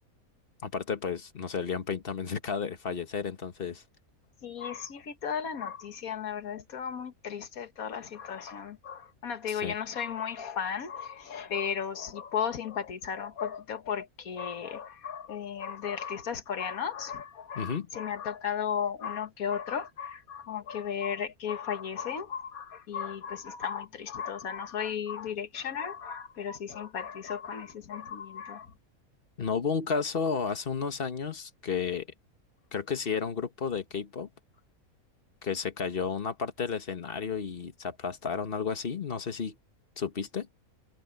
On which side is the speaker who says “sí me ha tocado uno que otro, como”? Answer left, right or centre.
Left